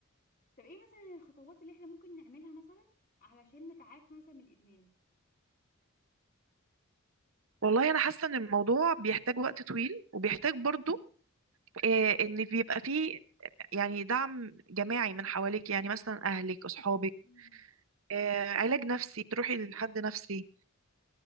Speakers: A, on the left (about 40°); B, on the right (about 70°).
A: طب ايه مثلا الخطوات اللي احنا ممكن نعملها مثلا علشان نتعافى مثلا من الادمان
B: والله انا حاسه ان الموضوع بيحتاج وقت طويل وبيحتاج برضو آه، ان بيبقى فيه يعني دعم جماعي من حواليك يعني مثلا اهلك اصحابك
A: مم.
B: آه، علاج نفسي
A: اه
B: تروحي لحد نفسي